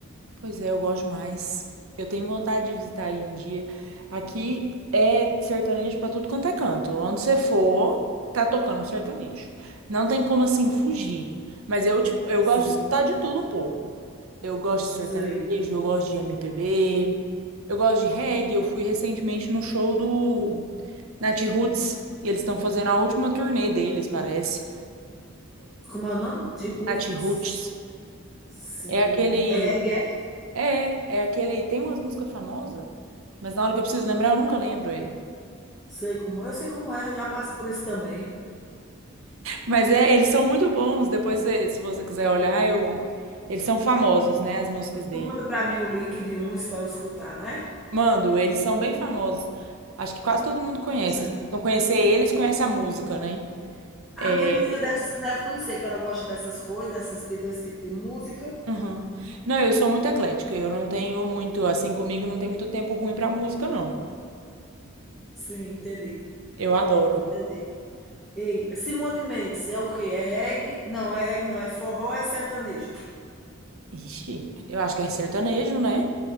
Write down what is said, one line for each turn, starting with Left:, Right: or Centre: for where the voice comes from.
Right: Pois é, eu gosto mais. Eu tenho vontade de visitar aí um dia. Aqui é sertanejo pra tudo quanto é canto. Onde você for, tá tocando um sertanejo. Não tem como assim fugir. Mas eu, tipo, eu
Centre: Sim,
Right: gosto de escutar de tudo um pouco. Eu gosto de sertanejo,
Centre: sei.
Right: eu gosto de MPB, eu gosto de reggae. Eu fui recentemente no show do Nat Roots. E eles estão fazendo a última turnê deles, parece.
Centre: Como é o nome? De roots.
Right: Nat Roots.
Centre: Sim.
Right: É aquele
Centre: É reggae, é?
Right: É, é aquele. Tem umas músicas famosas, mas na hora que eu preciso lembrar, eu nunca lembro. É.
Centre: Sei como é. Eu sei como é, eu já passo por isso também.
Right: Mas é, eles são muito bons. Depois, se se você quiser olhar, eu, eles são famosos, né? As músicas dele.
Centre: Tu manda pra mim o link de uns pra eu escutar, né?
Right: Mando, eles são bem famosos. Acho que quase todo mundo conhece.
Centre: Certo.
Right: Se não conhecer eles, conhece a música, né? É,
Centre: A minha menina deve, deve conhecer, que ela gosta dessas coisas, dessas, tipo- desse tipo de música.
Right: uhum. Não, eu sou muito eclética. Eu não tenho muito, assim, comigo não tem muito tempo ruim pra música, não.
Centre: Sim, entendi.
Right: Eu adoro.
Centre: Entendi. Ei, Simone Mendes é o quê? É reggae? Não, é reggae não, é forró, é sertanejo.
Right: Ixi, eu acho que é sertanejo, né?